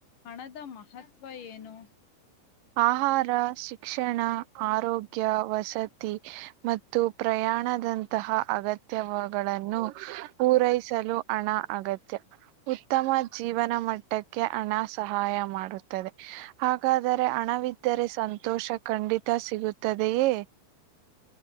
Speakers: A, on the left; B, on the right.
A: ಹಣದ ಮಹ ಮಹತ್ವ ಏನು
B: ಆಹಾರ ಶಿಕ್ಷಣ ಆರೋಗ್ಯ ವಸತಿ ಮತ್ತು ಪ್ರಯಾಣ ಪ್ರಯಾಣದಂತಹ ಅಗತ್ಯಗಳನ್ನು ಪೂರೈಸಲು ಹಣ ಅಗತ್ಯ ಉತ್ತಮ ಜೀವನ ಮಟ್ಟಕ್ಕೆ ಹಣ ಸಹಾಯ ಮಾಡುತ್ತದೆ ಹಾಗಾದರೆ ದರೆ ಹಣವಿದ್ದರೆ ಸಂತೋಷ ಖಂಡಿತ ಸಿಗುತ್ತದೆಯೇ